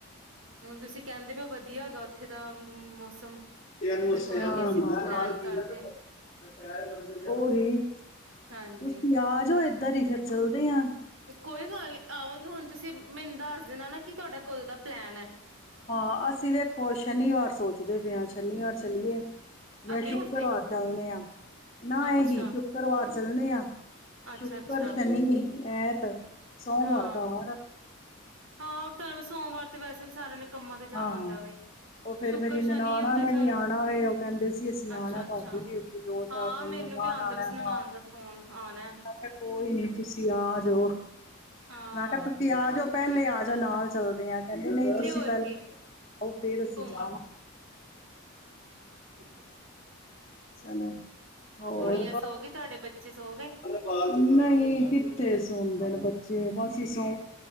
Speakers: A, on the right (about 70°); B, on the left (about 30°).
A: ਹੁਣ ਤੁਸੀਂ ਕਹਿੰਦੇ ਪੈ ਓ ਵਧੀਆ ਹੈਗਾ ਓ ਇੱਥੇ ਦਾ ਮ ਮ ਮੌਸਮ
B: ਇਹਨੂੰ
A: ਤੇ ਫੇਰ
B: <unintelligible>
A: ਕੋਈ ਨੀ ਅਸੀਂ ਪਲੈਨ ਕਰਦੇ ਆ
B: ਉਹੀ
A: ਹਾਂਜੀ
B: ਤੁਸੀਂ ਆ ਜਾਓ ਏਧਰ ਹੀ ਫਿਰ ਚੱਲਦੇ ਆਂ
A: ਕੋਈ ਗੱਲ ਨਹੀਂ ਆਵਾਂ ਹੁਣ ਤੁਸੀਂ ਮੈਨੂੰ ਦੱਸ ਦੇਣਾ ਨਾ ਕਿ ਤੁਹਾਡਾ ਕਦੋਂ ਦਾ ਪਲੈਨ ਐ।
B: ਹਾਂ, ਅਸੀਂ ਵੇਖੋ ਸ਼ਨੀਵਾਰ ਸੋਚਦੇ ਪਏ ਆਂ। ਸ਼ਨੀਵਾਰ ਚਲੀਏ ਜਾਂ
A: ਅਗਲੇ
B: ਸ਼ੁੱਕਰਵਾਰ
A: ਹਫ਼ਤੇ
B: ਚੱਲਦੇ ਆਂ ਨਾਂ
A: ਅੱਛਾ,
B: ਇਹੀ ਸ਼ੁੱਕਰਵਾਰ ਚੱਲਨੇ ਆਂ।
A: ਅੱਛਾ-ਅੱਛਾ
B: ਸ਼ੁੱਕਰ ਸ਼ਨੀ ਐਤ ਸੋਮਵਾਰ
A: ਹਾਂ
B: ਘਰ
A: ਹਾਂ ਤੁਹਾ ਵੀ ਸੋਮਵਾਰ ਤੇ ਵੈਸੇ ਵੀ ਸਾਰਿਆਂ ਨੇ ਕੰਮਾਂ ਤੇ ਜਾਣਾ
B: ਹਾਂ
A: ਹੁੰਦਾ ਬਈ
B: ਉਹ ਫੇਰ
A: ਸ਼ੁੱਕਰ
B: ਮੇਰੀ
A: ਸ਼ਨੀ
B: ਨਨਾਣਾ
A: ਹੁੰਦਾ
B: ਨੇ
A: ਚੱਲ
B: ਵੀ ਆਉਣਾ ਵੇ ਉਹ ਕਹਿੰਦੇ ਸੀ ਅਸੀਂ
A: ਅੱਛਾ-ਅੱਛਾ
B: ਆਉਣਾ ਭਾਬੀ ਦੀ ਏਕ ਦੋ
A: ਹਾਂ
B: ਚਾਰ ਦਿਨ
A: ਮੈਨੂੰ
B: ਨੂੰ ਰਹਿਣ
A: ਵੀ ਆਂਦਾ
B: ਆਣਾ
A: ਪਿਆ ਸੀ ਨਨਾਨ
B: ਹਾਂ।
A: ਦਾ ਫੋਨ ਆਣਾ
B: ਮੈਂ ਕਿਹਾ ਕੋਈ ਨੀ
A: ਛੁੱਟੀ
B: ਤੁਸੀਂ ਆ ਜੋ
A: ਹਾਂ
B: ਮੈਂ ਕਿਹਾ ਤੁਸੀਂ ਆ ਜਾਓ ਪਹਿਲੇ ਆ ਜਾਓ ਨਾਲ ਚੱਲਦੇ ਆ, ਕਹਿੰਦੇ ਨਹੀਂ ਤੁਸੀਂ
A: ਤੇ ਹੋਰ
B: ਪਹਿਲੇ
A: ਕੀ
B: ਆਓ ਫੇਰ ਅਸੀਂ
A: ਘੁੰਮ
B: ਜਾ
A: ਚਿੰਤਾ
B: ਚਲੋ ਹੋਰ
A: ਗੁੜੀਆ ਸੋ ਗਈ ਤੁਹਾਡੇ ਬੱਚੇ ਸੋ ਗਏ
B: <unintelligible> ਨਈਂ ਕਿੱਥੇ ਸੁਣਦੇ ਨੇ ਬ ਜੇ ਬਾਸ ਇਸ